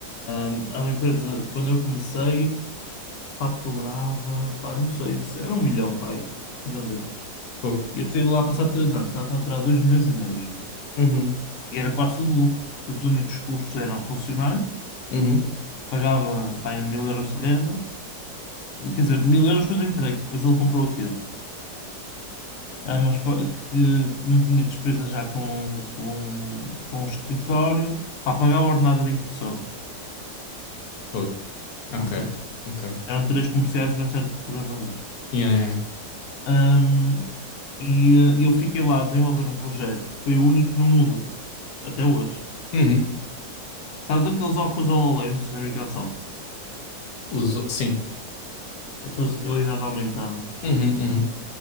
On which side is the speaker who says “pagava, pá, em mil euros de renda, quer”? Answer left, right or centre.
Left